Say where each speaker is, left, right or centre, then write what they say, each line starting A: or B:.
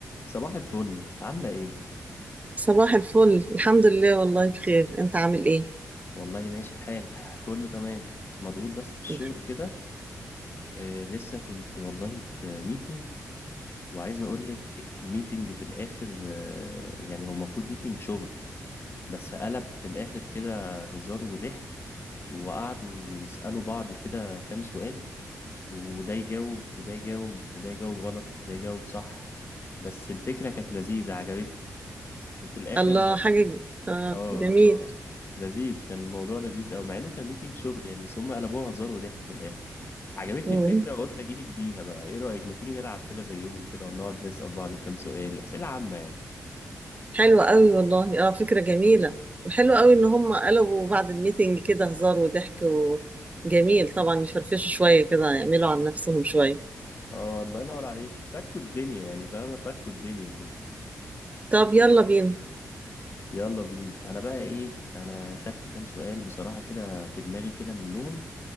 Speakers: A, on the left (about 40°); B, on the right (about 25°).
A: صباح الفل عاملة ايه؟
B: صباح الفل الحمد لله والله بخير انت عامل ايه
A: والله ماشي الحال كله تمام مضغوط بس في الشغل
B: الحمد.
A: كده آه لسه كنت والله في ميتنج وعايز اقولك ان <laughs> الميتنج في الاخر آه يعني هو المفروض ميتنج شغل بس قلب في الاخر كده هزار وضحك وقعدوا يسألوا بعض كده كام سؤال وده يجاوب وده يجاوب وده يجاوب غلط وده يجاوب صح بس الفكرة كانت لذيذة عجبتني وفي الاخر
B: الله حاجة ج- اه
A: اه
B: جميل
A: اه لذيذ كان الموضوع لذيذ قوي مع انه كان ميتنج شغل يعني بس هم قلبوها هزار وضحك في الاخر عجبتني
B: مم.
A: الفكره وقلت اجيلك بيها بقى ايه رايك ما تيجي نلعب كده زيهم كده ونقعد نسال بعض كام سؤال اسئله عامه يعني
B: حلوة قوي والله اه فكرة جميلة وحلوة قوي ان هم قلبوا بعد الميتنج كده هزار وضحك وجميل طبعا يفرفشوا شوية كده يعملوا عن نفسهم شوية
A: اه الله ينور عليك فكوا الدنيا يعني فاهمه فكوا الدنيا كده
B: طب يلا بينا
A: يلا بينا انا بقى ايه انا خدت كام سؤال بصراحه كده في دماغي كده منهم